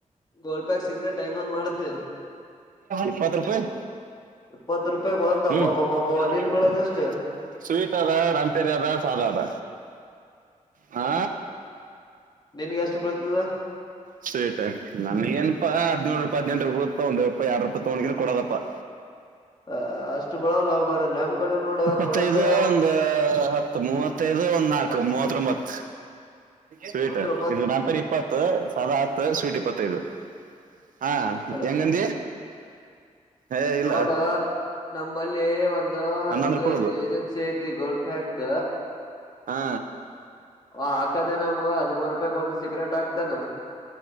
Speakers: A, on the left; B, on the right.
A: ಗೋಲ್ಪ್ಯಾಕ್ ಸಿಗ್ರೆಟ್ ಹೆಂಗ ಒಂದ್ ಮಾಡತಿ
B: ಇಪ್ಪತ್ ರೂಪಾಯಿ
A: ಇಪ್ಪತ್ ರೂಪಾಯಕ್ ಒಂದ್
B: ಹ್ಮ
A: ಒಬ್ಬಬ್ಬಬ್ಬ
B: <unintelligible>
A: ನಿನ್ ಬೀಳದ ಎಷ್ಟು
B: ಸ್ವೀಟ್ ರ ರಂಪೇರಿ ಅರ ಸಾದಾ ಅದ ಹ
A: ನಿನ್ಗೆ ಅಷ್ಟು ಬೆಳ್ತದ
B: ಸ್ವೀಟ್ ನನಗ ಏನಾ ಪಾ ಹದಿನೇಳು ರೂಪಾಯ ಹದಿನಂಟ ರೂಪಾಯಿ ಬೀಳುತ್ತ ಒಂದು ರೂಪಾಯಿರ ಎಡ ರೂಪಾಯಿ ತಗೊಂಡ ಕೊಡದಪ್ಪಾ ಹ
A: ಅ ಅಷ್ಟು ಬೀಳಲ್ಲ ಮಾರಾಯ ನಮ್ ಕಡೆ ನೋಡ
B: ಇಪ್ಪತ್ತೈದು
A: ಕೊಡೋದೆ
B: ಒಂದು ಹತ್ತ ಮೂವತ್ತೈದು ಒಂದ್ ನಾಲ್ಕು ಮೂವತ್ತೊಂಬತ್ ಸ್ವೀಟ್
A: ಮೂವತ್ತೊಂಬತ್
B: ಇದು ನನ್ಪರಿ ಇಪ್ಪತ್ತು ಹತ್ತು ಸದಾ ಹತ್ತು ಸ್ವೀಟ್ ಇಪ್ಪತ್ತೈದು ಹಾ
A: ಅಲ್ಲ
B: ಹೆಂಗಂದಿ ಏ ಇಲ್ಲ
A: ನೋಡ ನಂಬಲ್ಲಿ ಒಂದು
B: ಹನ್ನೊಂದು
A: ಇದು
B: ರೂಪಾಯಿ
A: ಐತಿ
B: ಉಳ್ದು
A: ಏಜೆನ್ಸಿ ಐತಿ ಗೋಲ್ ಕ್ದ
B: ಹಾ
A: ಓ ಹಾಕದೆೇ ನಮ್ಗ ಹದಿಮೂರು ರೂಪಾಯಕ್ ಒಂದ್ ಸಿಗ್ರೇಟ್ ಹಾಕ್ತನಾ